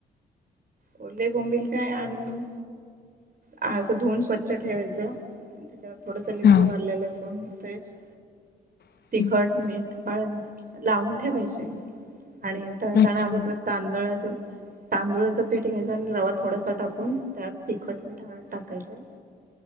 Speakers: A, on the right; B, on the left.
A: ओले बोंबील काय आणून हा असं धुवून स्वच्छ ठेवायचं आणि त्याच्यावर थोडसं लिंबू,
B: हा
A: आल्ल-लसूण पेस्ट,
B: हम्म.
A: तिखट, मीठ हळद लावून ठेवायचे आणि नंतर
B: अच्छा
A: तव्यावर तांदळाच तांदुळाच, पीठ घ्यायचा आणि रवा थोडासा टाकून त्यात तिखट, मीठ, हळद टाकायचं,